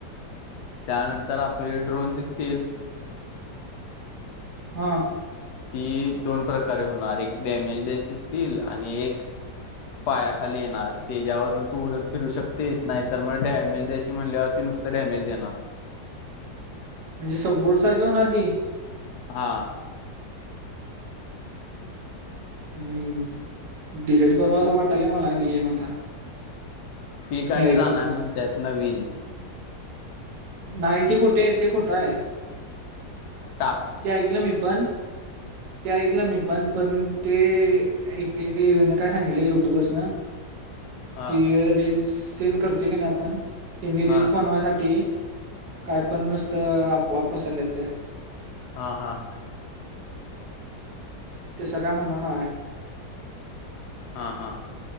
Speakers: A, on the left; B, on the right.
A: त्यानंतर आपली ड्रोनची स्कील.
B: हा.
A: ती दोन प्रकारे होणार एक डॅमेजची स्किल आणि एक पायाखाली येणार त्याच्यावर न तू उडत फिरू शकतेच नाही तर मग डॅमेज द्याची म्हणल्यावरती नुस तर डॅमेज दे नाणार.
B: म्हणजे सबबोर्ट सारखे होणार ती
A: हा.
B: हम्म डिलेट करू असं वाटलय मला गेम आता.
A: पिक आणि
B: हे
A: जाणर
B: ऐकूनच
A: म्हणत्यात नवीन.
B: नाही ते खोटे आहे ते खोटं आहे.
A: हा
B: ते ऐकलं मी पण ते ऐकलं मी पण पण ते एकन काय सांगितले युट्युबर्स न
A: हा
B: की रील्स. तेन करतोय की नाही आपण त्यांनी
A: हा
B: रील्स बनवायसाठी. काय पण नसतं अफवा पसरल्या त्या.
A: हां हां.
B: तस काय होणार नाय.
A: हा हा.